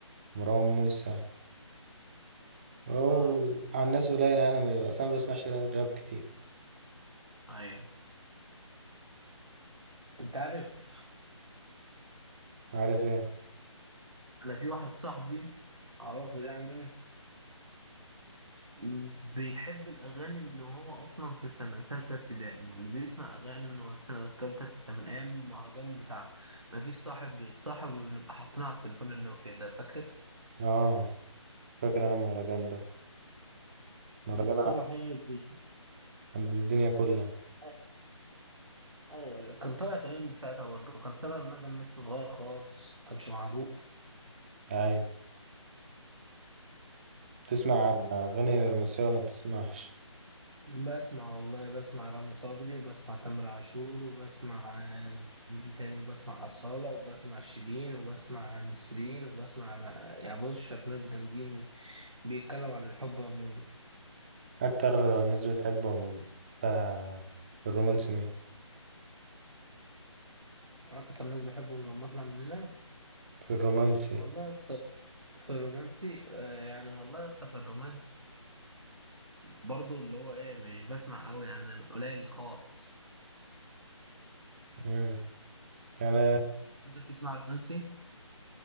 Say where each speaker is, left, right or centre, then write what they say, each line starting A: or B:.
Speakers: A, on the right; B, on the right.
A: ومروان موسى اوه
B: اه
A: على الناس قليلة يعني ما- اصلا ما بسمعش راب كتير
B: ايوه انت عارف
A: عارف ايه
B: انا في واحد صاحبي اعرفه يعني مم، بيحب الاغاني من هو اصلا في سنه تالته ابتدائي يعني بيسمع اغاني من هو سنه تالته ابتدائي من ايام المهرجان بتاع ما فيش صاحب بيتصاحب ونبقى حاطينه على التليفون النوكيا ده فاكر
A: اه فاكر انا المهرجان ده مهرجان
B: ما فيش صاحب
A: ع-
B: بي-
A: عند الدنيا كلها
B: أ- ايوه أيوة. كان طالع تقريبا ساعتها برضه كان سبب المدن لسه صغير خالص كانش معروف
A: ايوه بتسمع اغاني رومانسية ولا بتسمعش
B: بسمع والله بسمع رامي صبري وبسمع تامر عاشور وبسمع آه، مين تاني وبسمع أصالة وبسمع شيرين وبسمع نسرين وبسمع بقى- يعني بص شوية ناس جامدين بيتكلموا عن الحب عموما
A: اكتر ناس بتحبهم ف- في الرومانسي مين
B: أكتر ناس بحبهم لما أطلع من هنا
A: في الرومانسي
B: والله يا اسطى في الرومانسي آه، يعني والله يا اسطى في الرومانسي برضو اللي هو إيه مش بسمع أوي يعني قليل خالص
A: امم يعني
B: أنت بتسمع رومانسي؟